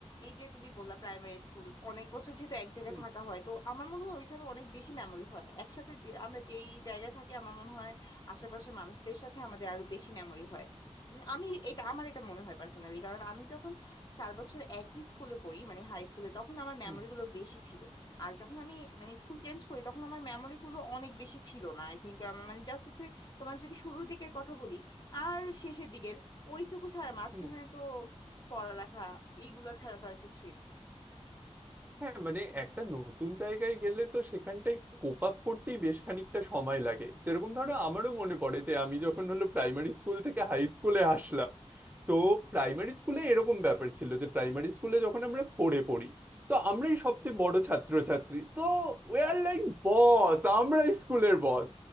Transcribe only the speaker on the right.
হুম
হুম
হুম
হ্যাঁ মানে একটা নতুন জায়গায় গেলে তো সেখানটায় কোপ আপ করতেই বেশ খানিকটা সময় লাগে যেরকম ধরো আমারও মনে পড়ে যে আমি যখন হলো প্রাইমারি স্কুল থেকে হাই স্কুলে আসলাম তো প্রাইমারি স্কুলে এরকম ব্যাপার ছিল যে প্রাইমারি স্কুলে যখন আমরা ফোরে পড়ি তো আমরাই সবচেয়ে বড় ছাত্রছাত্রী তো উই আর লাইক বস আমরা স্কুলের বস